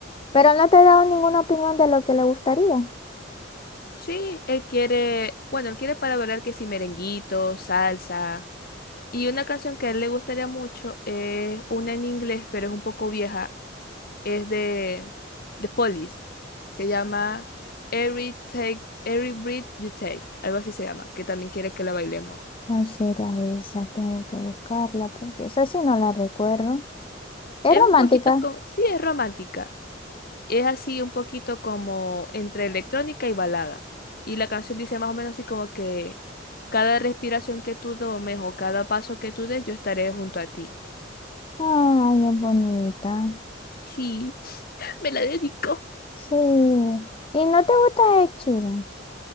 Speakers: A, on the left (about 30°); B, on the left (about 50°).
A: pero no te he dado ninguna opinión de lo que le gustaría.
B: Sí, él quiere, bueno, él quiere para bailar que si merenguito, salsa. Y una canción que a él le gustaría mucho es una en inglés, pero es un poco vieja, es de, de Police. Se llama Every Take, Every Breath You Take, algo así se llama, que también quiere que la bailemos.
A: ¿Cuál será esa? Tengo que buscarla porque esa sí no la recuerdo. Es
B: Es
A: romántica.
B: un poquito como, sí, es romántica. Es así un poquito como entre electrónica y balada. Y la canción dice más o menos así como que cada respiración que tú tomes o cada paso que tú des, yo estaré junto a ti.
A: Ay, es bonita.
B: Sí, <sniffs> me la dedico.
A: Sí. ¿Y no te gusta Ed Sheeran?